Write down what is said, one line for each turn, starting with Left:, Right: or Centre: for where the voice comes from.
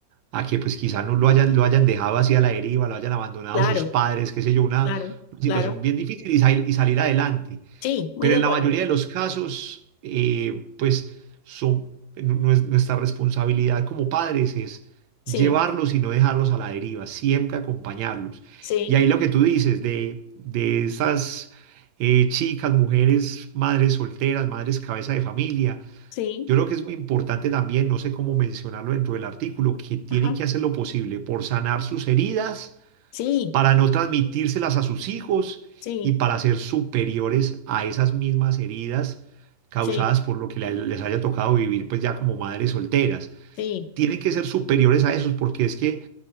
Right: a que pues quizá no lo hayan, lo hayan dejado así a la deriva, lo hayan abandonado
Left: claro,
Right: sus padres, qué sé yo, una,
Left: claro,
Right: una situación
Left: claro.
Right: bien difícil y, sal- y salir adelante
Left: Sí, muy
Right: pero
Left: de
Right: en
Left: acuerdo.
Right: la mayoría de los casos, eh, pues son, nue- nuestra responsabilidad como padres es
Left: Sí,
Right: llevarlos y no dejarlos a la deriva, siempre acompañarlos.
Left: sí,
Right: Y ahí lo que tú dices de, de esas eh, chicas, mujeres, madres solteras, madres cabeza de familia,
Left: sí,
Right: yo creo que es muy importante también, no sé cómo mencionarlo dentro del artículo, que tienen
Left: ajá,
Right: que hacer lo posible por sanar sus heridas
Left: sí,
Right: para no transmitírselas a sus hijos
Left: sí,
Right: y para ser superiores a esas mismas heridas causadas
Left: sí,
Right: por lo que le- les haya tocado vivir, pues ya como madres solteras.
Left: sí,
Right: Tienen que ser superiores a esos porque es que